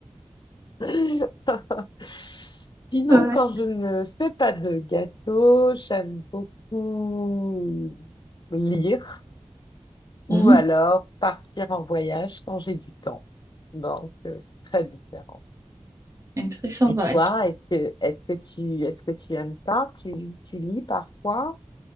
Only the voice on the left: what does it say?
<laughs> Sinon,
quand je ne fais pas de gâteau, j'aime beaucoup lire.
ou alors partir en voyage quand j'ai du temps. Donc, euh, c'est très différent.
Et
toi, est-ce que, est-ce que tu, est-ce que tu aimes ça? Tu, tu lis parfois?